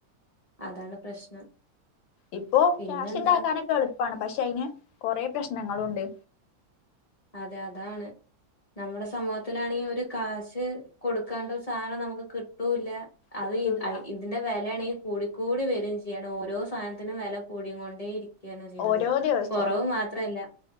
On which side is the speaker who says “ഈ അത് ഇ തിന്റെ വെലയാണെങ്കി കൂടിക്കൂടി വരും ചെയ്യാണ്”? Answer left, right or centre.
Left